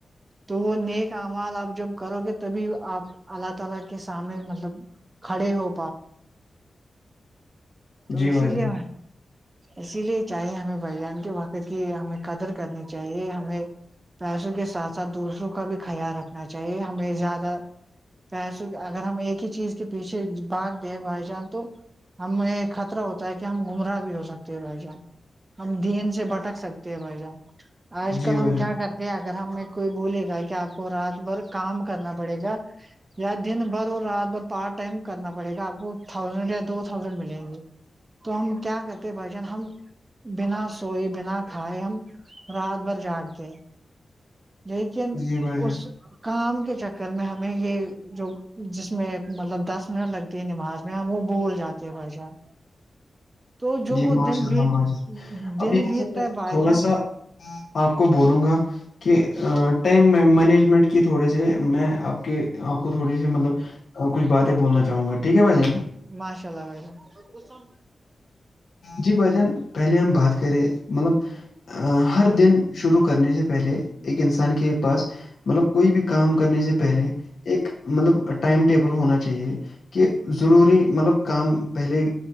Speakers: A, on the right; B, on the left.
A: تو وہ نیک امال آپ جب کرو گے تبھی اپ اللہ تعالی کے سامنے مطلب کھڑے ہو تو
B: جی
A: اسی
B: بھائی جان
A: لیے اسی لیے چاہے ہمیں بائی جان کے وقت کی ہمیں قدر کرنی چاہیے ہمیں پیسوں کے ساتھ ساتھ دوسروں کا بھی خیال رکھنا چاہیے ہمیں زیادہ پسے اگر ہم ایک ہی چیز کے پیچھے بھاگ دیں بھائی جان تو ہمیں خطرہ ہوتا ہے کہ ہم گمراہ بھی ہو سکتے ہے بھائی جان ہم دین سے بھٹک سکتے ہیں بھائی جان آج
B: جی
A: کل
B: بھائی
A: ہم
B: جان
A: کیا کرتے ہیں اگر ہمیں کوئی بولے گا کہ آپ کو رات بھر کام کرنا پڑے گا
B: <inaudible>
A: یا دن بھر اور رات بھر پارٹ ٹائم کرنا پڑے گا آپ کو تھاؤزینڈ یا دو تھاؤزینڈ ملیں گے تو ہم کیا کرتے بھائی جان ہم بنا سوئے بنا کھائے ہم رات بھر جاگتے لیکن
B: جی بھائی جان
A: اس کام کے چکر میں ہم میں یہ جو جس میں مطلب دس منٹ لگتی ہے نماز میں ہم وہ بھول جاتے ہیں بھائیشان تو جو
B: جی
A: وہ
B: ماشاء
A: دن
B: اللہ
A: بھیت
B: ماشاء اللہ
A: دن
B: اب یہاں
A: بھیتتا
B: سے میں
A: ہے بھائی
B: تھوڑا
A: جان
B: سا آپ کو بولوں گا کہ ٹائم مینجمنٹ کی تھوڑے سے میں آپ کہ آپ کو تھوڑی سی مطلب کچھ باتیں بولنا چاہوں گا ٹھیک ہے بھائی جان
A: ماشاء اللہ بھائی جان
B: جی بھائی جان پہلے ہم بات کریں مطلب ہر دن شروع کرنے سے پہلے ایک انسان کے پاس مطلب کوئی بھی کام کرنے سے پہلے ایک مطلب ٹائم ٹیبل ہونا چاہیے کہہ ضروری مطلب کام پہلے